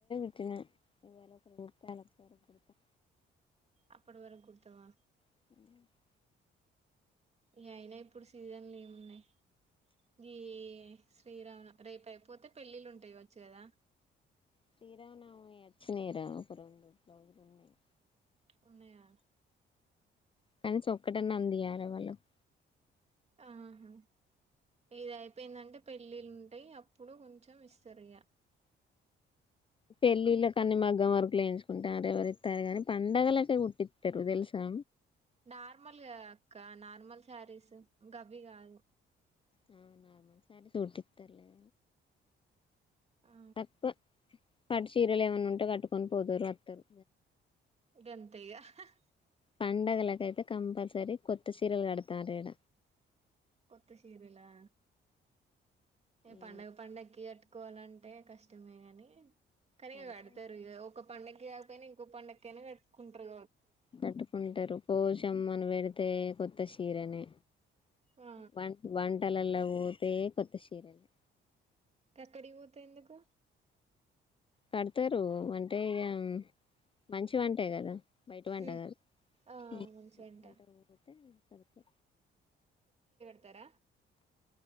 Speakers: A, on the left; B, on the right.
A: కట్టినయ పుట్టాను కట్ చేసిన కుట్టాలి ఆఫ్ సారీ కుడతాయి.
B: అప్పుటి వరకు కుడుతవా
A: - <inaudible>
B: ఈ అయినా ఇప్పుడు సీజన్లు ఏమున్నయ్ గీ శ్రీరామ రేపు అయిపోతే పెళ్ళిళ్ళు ఉంటాయికావచ్చు కదా.
A: శ్రీరామ నవమి అచ్చినయ్ రా ఒక రెండు బ్లౌజ్ లు ఉన్నాయి.
B: ఉన్నయా
A: కనీసం ఒక్కటన్నా అందియాల వాళ్ళుకు
B: ఆహా ఇది అయిపోయిందంటే పెళ్ళిళ్ళు ఉంటయి. అప్పుడు కొంచెం ఇస్తరిగా.
A: పెళ్ళిళ్ళ కన్నీ మగ్గం వర్క్ లేయించుకుంటర్రు ఎవరిత్తరు గాని, పండగలకే కుట్టిత్తరు తెలుసా.
B: నార్మల్ గా అక్క నార్మల్ శారీస్ గబి గాదు
A: అవవునా సారీ తోట్ ఇత్తరులే
B: ఆ
A: తక్కువె పట్టు చీరలు ఏమన్నా ఉ ట్ట కట్టుకొని పోతరు అత్తరు.
B: గంతే ఇగా హ్హ్
A: పండగలకైతే కంపల్సరీ కొత్త చీరలు కడతారు ఇడ.
B: కొత్తసీరలా ఏ
A: ఈ
B: పండగ పండక్కి ఈ కోనంటే కష్టమే గాని కనీ
A: కడతా
B: ఇగ కడుతరు ఇగ ఒక్క పండక్కి పైన ఇంకో పండగక్కైనా కట్టుకుంటరు.
A: కట్టుకుంటారు. పోషమ్మను పెడితే కొత్త చిరనే
B: ఆ
A: బంట్ బన్ తలల్లో పోతే కొత్త చిరనే
B: కక్కడికి పోతే ఎందుకు
A: కడతరూ అంటే ఇయా మంచివంటయి కదా బయట పంట
B: ఉమ్
A: కాదు
B: ఆ
A: హు బయట
B: మంచిగంట
A: పంట కాబట్టే కడతా
B: త్తర